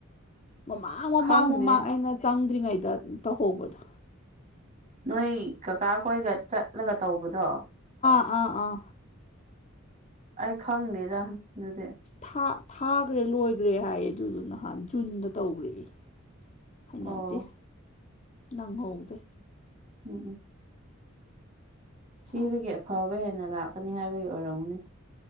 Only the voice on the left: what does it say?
ꯃꯃꯥꯡ ꯃꯃꯥꯡ
ꯃꯃꯥꯡ ꯑꯩꯅ ꯆꯪꯗ꯭ꯔꯤꯉꯩꯗ ꯇꯧꯍꯧꯕꯗꯣ
ꯑꯥ ꯑꯥ
ꯊꯥ ꯊꯥꯈ꯭ꯔꯦ ꯂꯣꯏꯈ꯭ꯔꯦ ꯍꯥꯏꯌꯦ ꯑꯗꯨꯗꯨ ꯅꯍꯥꯟ ꯖꯨꯟꯗ ꯇꯧꯈ꯭ꯔꯦꯌꯦ ꯍꯩꯅꯗꯦ
ꯅꯪꯍꯧꯗꯦ
ꯍꯥꯏ